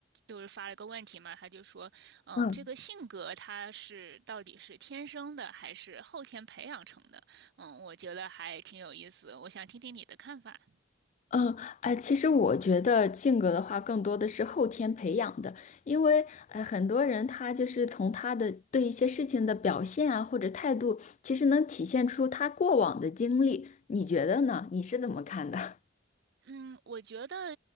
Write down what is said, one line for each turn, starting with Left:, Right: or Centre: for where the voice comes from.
Right: 就是发了个问题嘛，他就说，嗯，
Left: 嗯
Right: 这个性格他是到底是天生的还是后天培养成的？嗯，我觉得还挺有意思，我想听听你的看法。
Left: 嗯，哎，其实我觉得性格的话，更多的是后天培养的，因为呃，很多人他就是从他的对一些事情的表现啊，或者态度，其实能体现出他过往的经历。你觉得呢？你是怎么看的？
Right: 嗯，我觉得